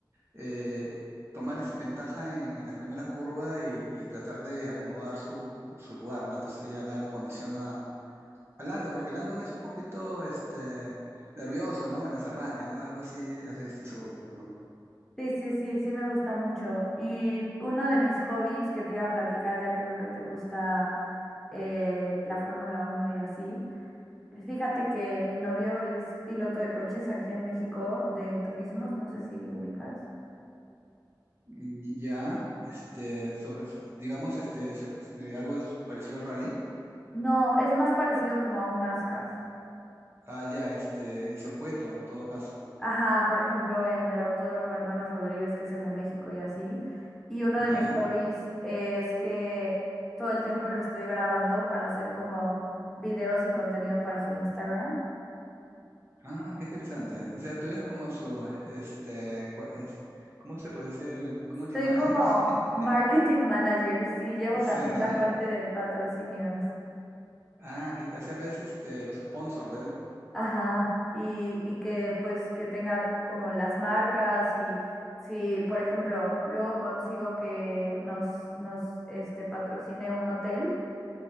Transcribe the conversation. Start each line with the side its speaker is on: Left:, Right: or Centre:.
Right: eh, tomar esa ventaja en, en las primeras curvas y, y tratar de acomodar su, su lugar, ¿no? Entonces ya lo condiciona a Landon, porque Landon es un poquito este, nervioso, ¿no? En los arranques, ¿no? Algo así, así, esto, seguro. ¿no?
Centre: sí, sí, sí, sí me gusta mucho. Y uno de mis hobbies que te iba a platicar, ya que veo que te gusta eh, la Fórmula Uno y así, Fíjate que mi novio es piloto de coches aquí en México de turismos, no sé si ubicas.
Right: Mm, Ya, este, so- es- digamos, este, cer- eh, algo es- parecido al rally.
Centre: No, es más parecido como a un NASCAR.
Right: Ah, ya, este, en circuito, en todo caso.
Centre: Ajá, por ejemplo, en el Autódromo Hermanos Rodríguez, que es el de México y así. Y uno
Right: Ya.
Centre: de mis hobbies es que todo el tiempo lo estoy grabando para hacer como videos y contenido para su Instagram.
Right: Ah, qué interesante. O sea, tú eres como su, este, cua- es- ¿cómo se puede decir? Community
Centre: Soy
Right: manager.
Centre: como
Right: <laughs>
Centre: marketing manager, sí, llevo
Right: Sí,
Centre: también
Right: ¿no?
Centre: la parte de patrocinios.
Right: Ah, que hace a veces, este, los sponsors de él.
Centre: Ajá, y, y que pues que tenga como las marcas y si, por ejemplo, luego consigo que nos, nos este, patrocine un hotel